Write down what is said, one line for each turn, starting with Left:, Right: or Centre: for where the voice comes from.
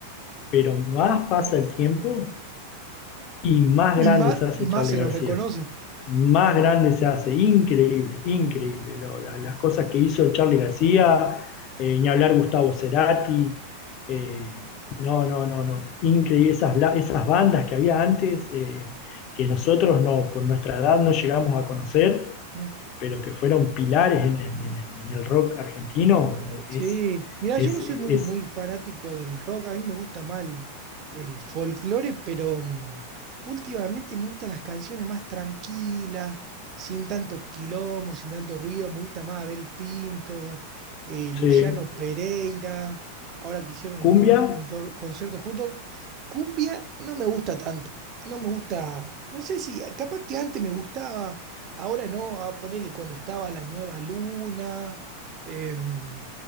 Left: pero más pasa el tiempo y más
Right: Y
Left: grande
Right: más,
Left: se hace
Right: más
Left: Charly
Right: se
Left: García
Right: lo reconoce.
Left: más grande se hace, increíble, increíble. lo- la- las cosas que hizo Charly García, eh, ni hablar Gustavo Cerati, eh, no, no, no, no, increíble. Esas, bla- esas bandas que había antes, eh, que nosotros no, por nuestra edad no llegamos a conocer,
Right: Mm.
Left: pero que fueron pilares en, en- en- en el rock argentino, eh, es,
Right: Sí, mira,
Left: es,
Right: yo no soy muy,
Left: es,
Right: muy fanático del rock, a mí me gusta más el, el folclore, pero mm, últimamente me gustan las canciones más tranquilas, sin tanto quilombo, sin tanto ruido, me gusta más Abel Pinto, eh,
Left: sí,
Right: Luciano Pereira, ahora que hicieron
Left: cumbia.
Right: un, cor- un tor- concierto juntos, cumbia no me gusta tanto, no me gusta, no sé si, capaz que antes me gustaba, ahora no, a ponerle cuando estaba la nueva luna. em,